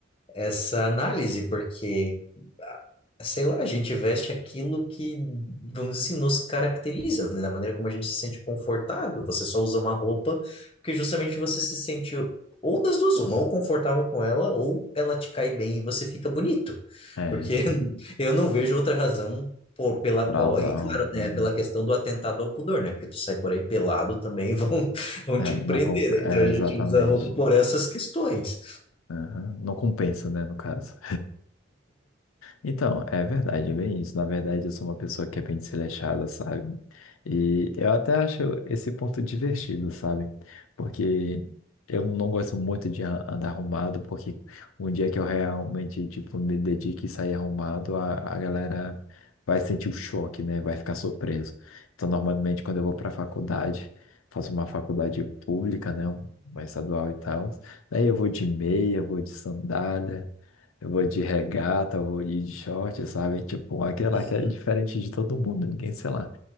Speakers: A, on the left; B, on the left.
A: essa análise, porque, ah, sei lá, a gente veste aquilo que, vamos dizer assim, nos caracteriza, né? Da maneira como a gente se sente confortável. Você só usa uma roupa porque justamente você se sente ou das duas, uma, ou confortável com ela, ou ela te cai bem e você fica bonito.
B: É,
A: Porque <laughs> eu não vejo outra razão por, pela
B: pra
A: qual.
B: usar
A: E claro,
B: roupa.
A: né? Pela questão do atentado ao pudor, né? Porque tu sai por aí pelado também <laughs> vão, vão
B: É,
A: te
B: não,
A: prender,
B: comp- é,
A: né? Então a
B: exatamente.
A: gente usa a roupa por essas questões.
B: Aham. Não compensa, né, no caso. Então, é verdade, é bem isso. Na verdade, eu sou uma pessoa que é bem desleixada, sabe? E eu até acho esse ponto divertido, sabe? Porque eu não gosto muito de a- andar arrumado, porque um dia que eu realmente, tipo, me dedique e sair arrumado, a, a galera vai sentir o choque, né? Vai ficar surpreso. Então, normalmente, quando eu vou pra faculdade, faço uma faculdade pública, né? Uma estadual e tal. Daí eu vou de meia, vou de sandália. Eu vou de regata, eu vou de short, sabe? Tipo, aquela
A: Uhum.
B: que é diferente de todo mundo, ninguém, sei lá,